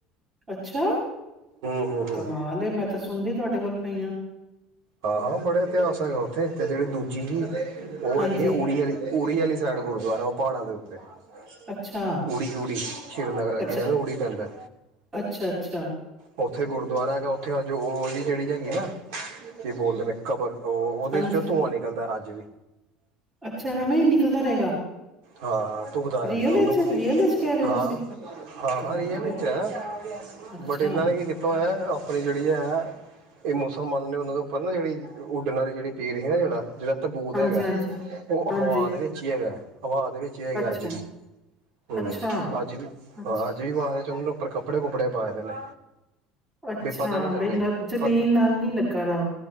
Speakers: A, on the right (about 20°); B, on the right (about 70°).
A: ਅੱਛਾ।
B: ਹੂੰ ਹੂੰ ਹੂੰ
A: ਕਮਾਲ ਮੈਂ ਤਾਂ ਸੁਣਦੀ। ਤੁਹਾਡੇ ਕੋਲ ਪਈਆਂ।
B: ਹਾਂ ਹਾਂ ਬੜੇ ਇਤਿਹਾਸ ਹੈਗਾ ਉੱਥੇ ਤੇ ਜਿਹੜੀ ਦੂਜੀ ਸੀ। ਉਹ
A: ਹਾਂਜੀ,
B: ਹੈਗੀ ਹੈ ਉੜਰੀ ਵਾਲੀ ਉਰੀ ਵਾਲੀ ਸਾਈਡ ਗੁਰਦੁਆਰਾ ਉਹ ਪਹਾੜਾਂ ਦੇ ਉੱਪਰ। ਅਤੇ।
A: ਅੱਛਾ,
B: ਉਡੀ ਉਡੀ ਸ੍ਰੀਨਗਰ ਅੱਗੇ
A: ਅੱਛਾ,
B: ਨਾ ਉਡੀ ਪੈਦਾ।
A: ਅੱਛਾ, ਅੱਛਾ,
B: ਉੱਥੇ ਗੁਰਦੁਆਰਾ ਹੈਗਾ ਉੱਥੇ ਅੱਜ ਉਹ ਦੀ ਜਿਹੜੀ ਹੈਗੀ ਨਾ। ਕੀ ਬੋਲਦੇ ਨੇ ਕਬਰ। ਉਹ ਉਹਦੇ
A: ਹਾਂਜੀ,
B: ਚੋਂ ਧੂੰਆਂ ਨਿਕਲਦਾ ਅੱਜ ਅੱਜ ਵੀ
A: ਅੱਛਾ ਐਵੇਂ ਹੀ ਨਿਕਲਦਾ ਰਹੇਗਾ
B: ਹਾਂ ਹਾਂ ਧੁੱਖਦਾ ਰਹਿੰਦਾ
A: ਰੀਅਲ
B: ਉਹਨਾਂ
A: ਵਿੱਚ
B: ਕੋਲ
A: ਰੀਅਲ ਵਿੱਚ ਕਹਿ ਰਹੇ ਹੋ
B: ਹਾਂ
A: ਤੁਸੀਂ?
B: ਹਾਂ
A: ਕਮਾਲ
B: ਹਾਂ ਰੀਅਲ
A: ਏ,
B: ਵਿੱਚ ਹੈ
A: ਅੱਛਾ,
B: ਬਟ ਇਹਨਾਂ ਨੇ ਕੀ ਕੀਤਾ ਹੋਇਆ ਆਪਣੀ ਜਿਹੜੀ ਹੈ ਇਹ ਮੁਸਲਮਾਨ ਨੇ ਉਹਨਾਂ ਦੇ ਉੱਪਰ ਨਾ ਜਿਹੜੀ ਉੱਡਣ ਵਾਲੀ ਜਿਹੜੀ ਪੀਰ ਸੀ ਨਾ ਜਿਹੜਾ ਜਿਹੜਾ ਤਬੂਤ
A: ਹਾਂਜੀ,
B: ਹੈਗਾ
A: ਹਾਂਜੀ,
B: ਉਹ
A: ਹਾਂਜੀ,
B: ਹਵਾ ਦੇ ਵਿੱਚ ਹੀ ਹੈਗਾ ਹਵਾ ਦੇ ਵਿੱਚ ਵੀ ਹੈਗੇ
A: ਅੱਛਾ,
B: ਅੱਜ ਵੀ ਹਮ
A: ਅੱਛਾ,
B: ਅੱਜ ਵੀ
A: ਅੱਛ
B: ਹਾਂ ਅੱਜ ਵੀ ਵਵਾ ਚੱਲ ਉੱਪਰ ਕਪੜੇ ਕੁਪੜੇ ਪਾਏ ਦੇ ਨੇ
A: ਅੱਛਾ
B: ਵੀ ਪਤਾ ਨਾ ਚੱਲੇ
A: ਬਈ ਜ਼ਮੀਨ
B: ਪਤਾ
A: ਨਾਲ ਨਹੀਂ ਲੱਗਾ ਦਾ